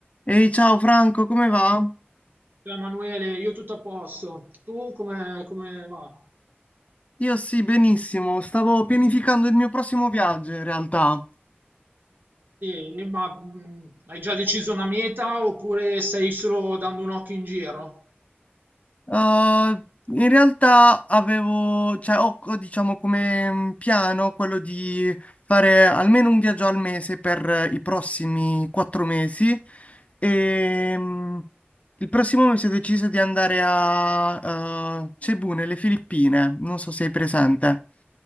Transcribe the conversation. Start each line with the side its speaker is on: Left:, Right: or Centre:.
Left: Ehi, ciao Franco, come va?
Right: Ciao Emanuele, io tutto a posto. Tu come, come va?
Left: Io sì, benissimo. Stavo pianificando il mio prossimo viaggio in realtà.
Right: Sì, ma mh, hai già deciso una meta oppure stai solo dando un occhio in giro?
Left: Eh, in realtà avevo, cioè, ho, ho, diciamo come mm, piano quello di fare almeno un viaggio al mese per eh, i prossimi quattro mesi. E mm, il prossimo mese ho deciso di andare a eh, Cebu, nelle Filippine. Non so se sei presente.